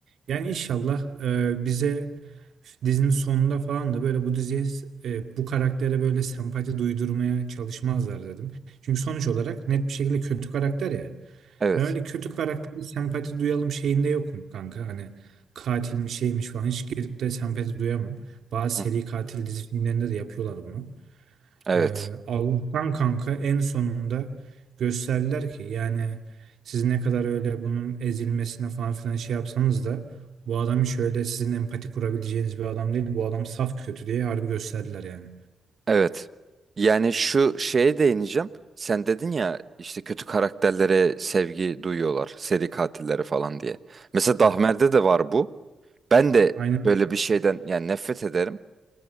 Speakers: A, on the right (about 70°); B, on the right (about 40°).
A: yani inşallah e, bize dizinin sonunda falan da böyle bu diziye e, bu karaktere böyle sempati duydurmaya çalışmazlar dedim. Çünkü sonuç olarak net bir şekilde kötü karakter ya.
B: Evet.
A: Ben öyle kötü karakteri sempati duyalım şeyinde yokum kanka. Hani katilmiş şeymiş falan hiç gidip de sempati duyamam. Bazı seri
B: Hı hı.
A: katil dizi filmlerinde de yapıyorlar bunu.
B: Evet.
A: Ee, Allah'tan kanka en sonunda gösterdiler ki yani siz ne kadar öyle bunun ezilmesine falan filan şey yapsanız da bu adam hiç öyle sizin empati kurabileceğiniz bir adam değil. Bu adam saf kötü diye harbi gösterdiler yani.
B: Evet. Yani şu şeye değineceğim. Sen dedin ya işte kötü karakterlere sevgi duyuyorlar. Seri katillere falan diye. Mesela Dahmer'de
A: Evet.
B: de var bu. Ben de
A: Aynen.
B: böyle bir şeyden yani nefret ederim.